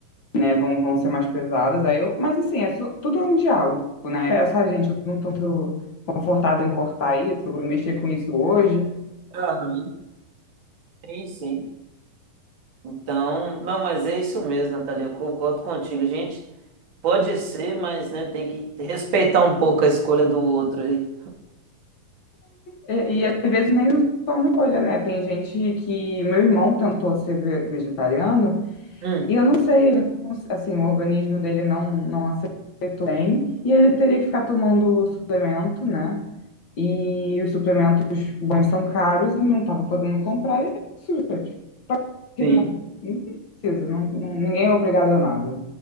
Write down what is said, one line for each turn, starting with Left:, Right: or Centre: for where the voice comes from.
Left: né, vão, vão ser mais pesadas, aí eu, mas assim, é, su- tudo é um diálogo, né? Essa gente, eu não tô muito confortável em cortar isso, em mexer com isso hoje.
Right: Aham, Sim, sim. Então, não, mas é isso mesmo, Natalia, eu concordo contigo. A gente pode ser, mas né, tem que respeitar um pouco a escolha do outro aí.
Left: E, e às vezes nem só uma escolha, né? Tem gente que, meu irmão tentou ser ve- vegetariano,
Right: Hum,
Left: E eu não sei, ele não, cons- assim, o organismo dele não, não aceitou bem, e ele teria que ficar tomando suplemento, né? E os suplementos bons são caros e não estava podendo comprar, e é isso, gente. O que
Right: sim,
Left: que- Não precisa, não, não- ninguém é obrigado a nada.